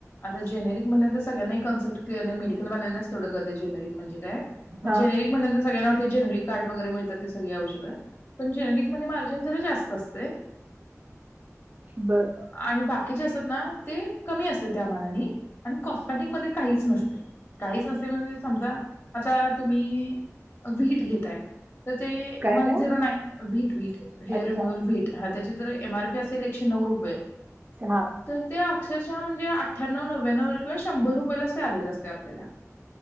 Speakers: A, on the left (about 45°); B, on the right (about 35°).
A: आता जेनेरिक म्हणल्या नंत सगळ्यांना ही कन्सेप्टच कळत नाही मेडिकल वल्यानाच तेवढं कळतंय जेनरिक म्हणजे <unintelligible> म्हणजे
B: हा
A: एक महिन्याच सगळ्यांना वाटतंय जनरीकार्ड वगैरे मिळतात ती सगळी औषधं पण जेनरिक मध्ये पण जरा जास्त असतय
B: बर
A: आणि बाकीच्या ते कमी असते त्या मानाने आणि कॉस्मेटिक मध्ये काहीच नसते काहीच नसते म्हणजे समजा आता तुम्ही वीट घेत तर ते
B: काय
A: वन
B: काय?
A: झिरो नाई वीट वीटहेअर
B: अच्छा
A: रीमोवल व्हीट त्याची जर एम आर पी एकशे नऊ रुपये
B: हा
A: तर ते अक्षरशः म्हणजे अठ्यांनव नव्यानव एक वेळ शंभर रुपयलाच आलल असते आपल्याला